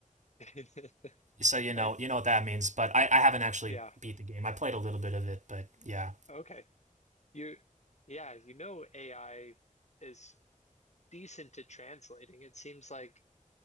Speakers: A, on the left; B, on the right.
A: <laughs>
B: so you know
A: I,
B: you know what that means. But I, I haven't actually
A: yeah.
B: beat the game. I played a little bit of it, but yeah,
A: Okay. You yeah, you know AI is decent at translating. It seems like